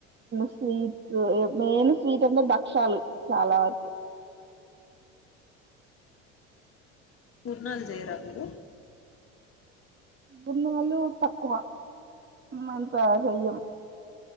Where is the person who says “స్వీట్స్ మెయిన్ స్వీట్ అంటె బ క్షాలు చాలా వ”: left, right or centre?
Right